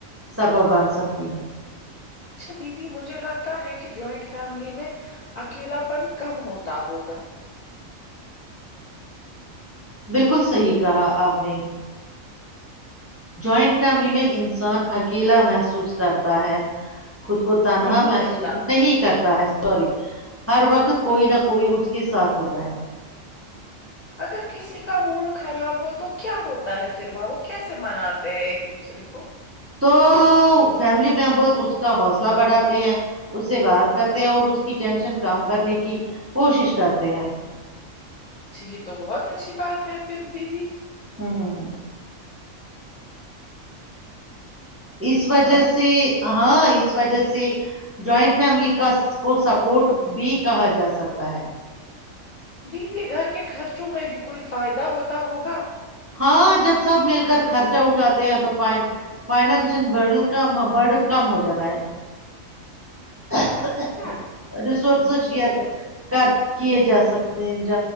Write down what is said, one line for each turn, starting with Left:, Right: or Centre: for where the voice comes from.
Right: سبب بن سکتی ہے
Left: اچھا دیدی مجھے لگتا ہے کہ جوائنٹ فیملی میں اکیلاپن کم ہوتا ہوگا
Right: بالکل صحیح کہا آپ نے جوائنٹ فیملی میں انسان اکیلا محسوس کرتا ہے خود کو تنہا
Left: نہیں
Right: محسوس
Left: کرتا ہوگا
Right: نہیں کرتا ہے سوری ہر وقت کوئی نہ کوئی اس کے ساتھ ہوتا ہے
Left: اگر کسی کا موڈ خراب ہو تو کیا ہوتا ہے پھر وہ وہ کیسے مناتے ہیں ایک دوسرے کو
Right: تو فیملی ممبرس اس کا حوصلہ بڑھاتے ہیں اس سے بات کرتے ہیں اور اس کی ٹینشن کام کرنے کی کوشش کرتے ہیں
Left: یہ تو بہت اچھی بات ہے پھر دیدی
Right: ہوں ہوں ہوں اس وجہ
Left: ہاں
Right: سے ہاں اس وجہ سے جوائنٹ فیملی کا کو سپورٹ بھی کہا جا سکتا ہے
Left: دیدی گھر کے خرچوں میں بھی کوئی فائدہ ہوتا ہوگا
Right: ہاں جب سب مل کر خرچہ اٹھاتے ہیں تو ف فائنینشل کم برڈن کم ہو جاتا ہے <inaudible>
Left: اچھا
Right: رسٹ شیئر کر کیے جا سکتے ہیں